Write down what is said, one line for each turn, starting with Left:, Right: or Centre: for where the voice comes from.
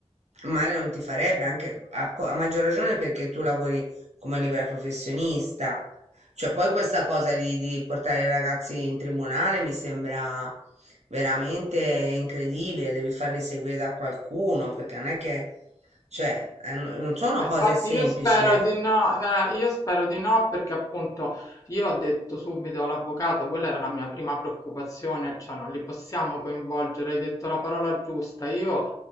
Right: male non ti farebbe, anche a, po- a maggior ragione perché tu lavori come libera professionista. Cioè, poi questa cosa di, di portare i ragazzi in tribunale mi sembra veramente incredibile, devi farli seguire da qualcuno, perché non è che, cioè, eh, non non sono
Left: Ma
Right: cose
Left: infatti
Right: semplici,
Left: io spero
Right: eh.
Left: di no, eh, io spero di no perché appunto io ho detto subito all'avvocato, quella era la mia prima preoccupazione, cioè non li possiamo coinvolgere, hai detto la parola giusta, io